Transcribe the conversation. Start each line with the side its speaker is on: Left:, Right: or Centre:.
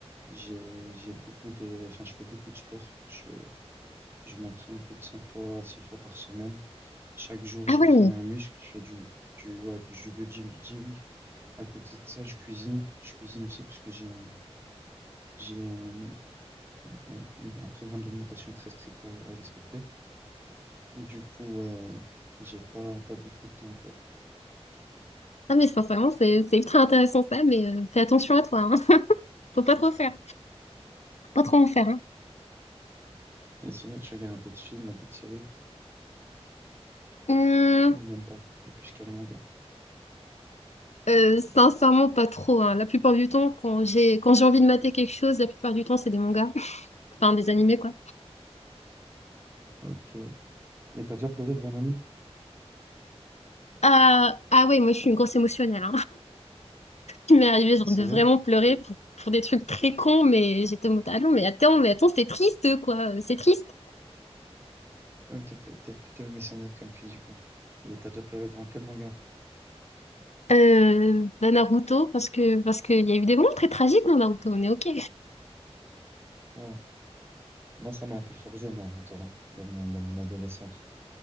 Right: J'ai, j'ai beaucoup de, enfin, je fais beaucoup de sport. Je, je m'entraîne plus de cinq fois à six fois par semaine. Chaque jour,
Left: Ah
Right: j'entraîne
Left: ouais.
Right: un muscle. Je fais du, du, ouais, du bodybuilding. À côté de ça, je cuisine. Je cuisine aussi parce que j'ai un, j'ai un, un, un programme d'alimentation très strict à, à respecter. Du coup, euh, j'ai pas, pas beaucoup de temps, encore.
Left: Ah mais sincèrement, c'est c'est ultra intéressant ça. Mais euh, fais attention à toi. Hein. <laughs> Faut pas trop faire, pas trop en faire. hein.
Right: Et sinon, tu regardes un peu de film, un peu de série,
Left: Hum,
Right: ou même pas. T'es plus calé manga.
Left: euh, sincèrement, pas trop. hein. La plupart du temps, quand j'ai quand j'ai envie de mater quelque chose, la plupart du temps, c'est des mangas, <laughs> enfin des animés quoi.
Right: Ok. Et t'as déjà pleuré devant un anime?
Left: Ah ah ouais, moi je suis une grosse émotionnelle. Il m'est arrivé genre
Right: Sérieux?
Left: de vraiment pleurer pour, pour des trucs très cons, mais j'étais en mode, ah non, mais attends, mais attends, c'est triste, quoi, c'est triste.
Right: Ok, t'es t'es plutôt missionnaire comme fille, du coup. Et t'as déjà pleuré devant quel manga?
Left: Euh, bah Naruto, parce que parce qu'il y a eu des moments très tragiques dans Naruto, on est ok.
Right: Oh. Moi, ça m'a un peu forgé Naruto, hein, dans mon, dans mon adolescence,